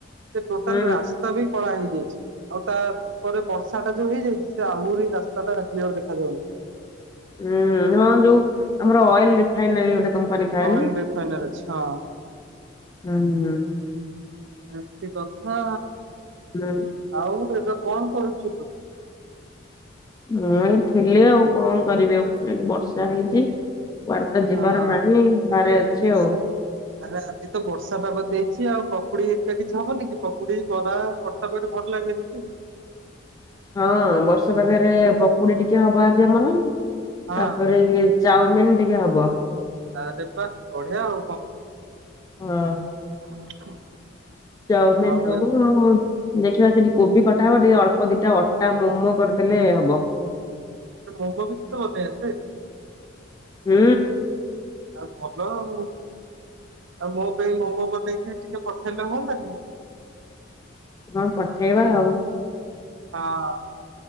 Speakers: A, on the right; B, on the left.
A: ସେ ଟୋଟାଲ
B: ହୁଁ
A: ରାସ୍ତା ବି କଳା ହେଇଯାଇଛି। ଆଉ ତାପରେ ବର୍ଷା ଟା ଯୋଉ ହେଇଯାଇଛି, ସେ ଆହୁରି ରାସ୍ତା ଟା କ୍ଲିଅର ଦେଖାଯାଉନି।
B: ହୁଁ ହଁ ଯୋଉ ଆମର ଅଏଲ ରିଫାଇନାରୀ ଗୋଟେ କମ୍ପାନୀ ଥାଏ
A: ଅଏଲ
B: ନା।
A: ରିଫାଇନର୍ ଅଛି। ହଁ।
B: ହୁଁ।
A: ଏମିତି କଥା
B: ହୁଁ ହୁଁ।
A: ଆଉ, ଏବେ କଣ କରୁଛୁ ତୁ?
B: ମୁଁ ଏଇଠି ଥିଲି ଆଉ କଣ କରିବି ଆଉ। ଏଠି ବର୍ଷା ହେଇଛି।। କୁଆଡେ ତ ଯିବାର
A: ହଁ
B: ନାହିଁ। ଘରେ ଅଛି
A: ଆରେ
B: ଆଉ।।
A: ଆରେ ଆଜି ତ ବର୍ଷା ପାଗ ଦେଇଛି ଆଉ ପକୁଡି ହେରିକା କିଛି ହବନି କି? ପକୁଡି, ବରା। ତରେ ଭଲ ଲାଗେନି କି।
B: ହଁ ବର୍ଷ ପାଖରେ ପକୁଡି ଟିକେ ହବା, ଆଜି ଆମର ତାପରେ
A: ହଁ
B: ଇଏ ଚାଉମିିନ ଟିକେ ହବ।
A: ଆରେ ପା ବଢିଆ ଆଉ କଣ।
B: ହଁ।
A: <inaudible>
B: ଚାଓମିିନ
A: ଆଉ
B: ହବନା ଆଉ। ଦେଖିବା ସେଠି କୋବି କଟା ହବ ଟିକେ ଅଳ୍ପ ଦିଟା ଅଟା ମୋମୋ କରିଦେଲେ ହବ।
A: <unintelligible>
B: ହୁଁ।
A: ଆଉ ଭଲ ଆଉ ଆଉ ମୋ ପାଇଁ ମୋମ ବନେଇକି ଟିକେ ପଠେଇଲେ ହୁଅନ୍ତାନି।
B: ହଁ ପଠେଇବା ଆଉ।
A: ହଁ।